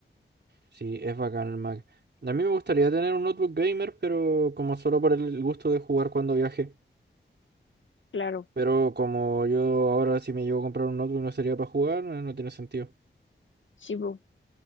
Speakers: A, on the right; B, on the left.
A: Sí, es bacán el Mac. A mí me gustaría tener un notebook gamer, pero como solo por el gusto de jugar cuando viaje.
B: Claro,
A: Pero como yo ahora si me llevo a comprar un notebook no sería para jugar, no, no tiene sentido.
B: sí, po.